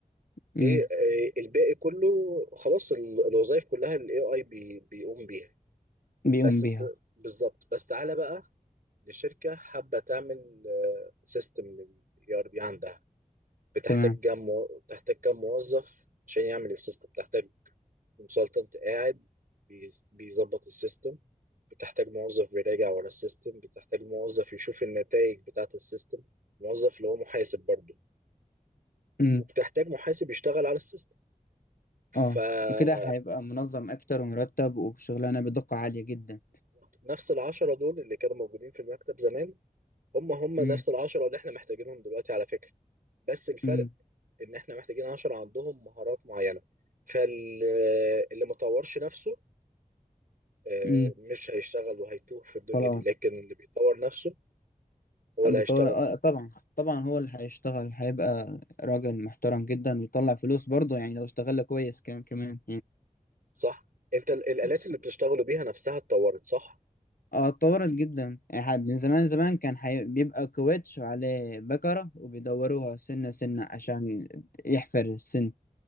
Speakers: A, on the right; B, on the left.
A: ليه
B: أمم.
A: آه، الباقي كله خلاص ال- الوظائف كلها الاي اي بيقوم بيها
B: بيقوم
A: بس
B: بيها
A: بت... بالظبط بس تعالى بقى لشركة حابة تعمل سيستم للاي ار بي عندها بتحتاج
B: تمام
A: كام مو... بتحتاج كام موظف عشان يعمل السيستم بتحتاج كونسلتنت قاعد بيز- بيظبط السيستم بتحتاج موظف بيراجع ورا السيستم بتحتاج موظف يشوف النتائج بتاعة السيستم موظف اللي هو محاسب برضه
B: أمم.
A: وبتحتاج محاسب يشتغل على السيستم فبالظبط
B: اه وكده هيبقى منظم أكتر ومرتب وشغلانة بدقة عالية جدا
A: نفس العشرة دول اللي كانوا موجودين في المكتب زمان هم هم نفس
B: أمم.
A: العشرة اللي احنا محتاجينهم دلوقتي على فكرة بس الفرق
B: أمم.
A: ان احنا محتاجين عناصر عندهم مهارات معينه فاللي ما طورش نفسه آه،
B: أمم.
A: مش هيشتغل وهيتوه في الدنيا
B: خلاص
A: دي لكن اللي بيطور نفسه هو اللي
B: بيطور...
A: هيشتغل
B: آه طبعا طبعا هو اللي هيشتغل هيبقى راجل محترم جدا ويطلع فلوس برضه يعني لو اشتغل كويس كمان كمان
A: صح انت ال- الالات
B: يعني
A: اللي بتشتغلوا بيها نفسها اتطورت صح
B: اه اتطورت جدا يعني ح- من زمان زمان كان حي... بيبقى كويتش وعليه بكرة وبيدوروها سنة سنة عشان يحفر السن